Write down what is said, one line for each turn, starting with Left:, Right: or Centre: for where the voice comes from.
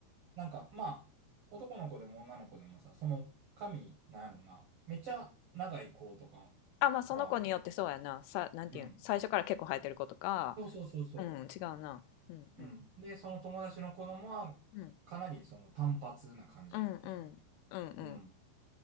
Right: なんかまあ男の子でも女の子でもさ、その髪、なんやろな、めっちゃ長い子とか
Left: あ、まあその子によってそうやな。
Right: は、
Left: さ、なんていうん。
Right: うん。
Left: 最初から結構生えてる子とか。
Right: そうそうそうそ
Left: うん、違うな。うんうん。
Right: う。うん。で、その友達の子供はかなりその単発な感じやってん。
Left: うん。うんうん。うんうん。
Right: うん。